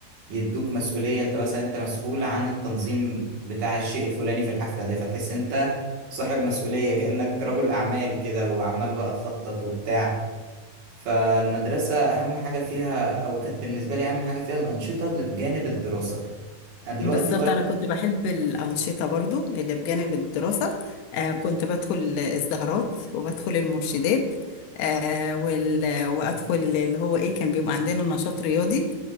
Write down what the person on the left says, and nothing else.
بالظبط
أنا كنت بحب الأنشطة برضو اللي بجانب الدراسة آه كنت بدخل الزهرات وبدخل المرشدات آه وال... وأدخل اللي هو إيه كان بيبقى عندنا نشاط رياضي